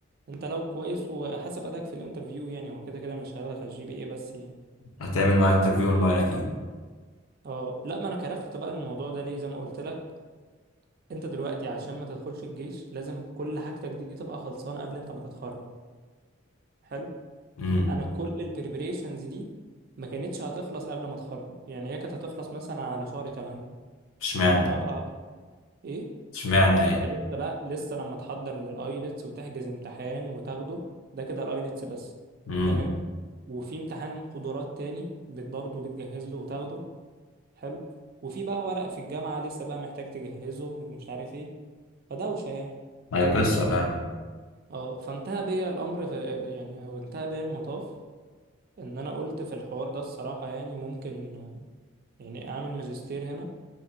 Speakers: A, on the right; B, on the left.
A: انت لو كويس وحسب اداك في الانترفيو يعني هو كده كده مش هياخدك على الجي بي اي بس يعني
B: هتعمل معاه انترفيو اونلاين اكيد
A: اه لا ما انا كرفت بقى الموضوع ده ليه زي ما قلت لك انت دلوقتي عشان ما تدخلش الجيش لازم كل حاجتك دي تبقى خلصانه قبل انت ما تتخرج حلو
B: امم
A: انا كل البريبريشنز دي ما كانتش هتخلص قبل ما اتخرج يعني هي كانت هتخلص مثلا على شهر 8
B: اشمعنى
A: فانا هبقى ايه
B: اشمعنى
A: ما
B: يعني
A: انت لسه بقى لسه لما تحضر للايلتس وتحجز امتحان وتاخده ده كده الايلتس بس
B: امم
A: تمام وفي امتحان قدرات تاني بت برضه بتجهز له وتاخده حلو وفي بقى ورق في الجامعه لسه بقى محتاج تجهزه ومش عارف ايه فدوشه يعني
B: هي قصة فعلا
A: اه فانتهى بيا الامر في يعني او انتهى بيا المطاف ان انا قلت في الحوار ده الصراحه يعني ممكن آه، يعني اعمل ماجستير هنا